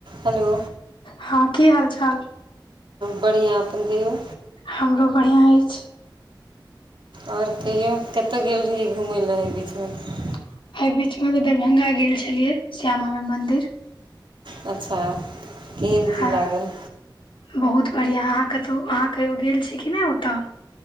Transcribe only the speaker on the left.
हँ की हाल चाल
हमरो बढ़िआँ अछि।
एहि बीच मे अभी दरभंगा गेल छलियै श्यामा मा मंदिर।
हँ
बहुत बढ़िआ अहाँ कतहु अहाँ कहियो गेल छी कि नहि ओतऽ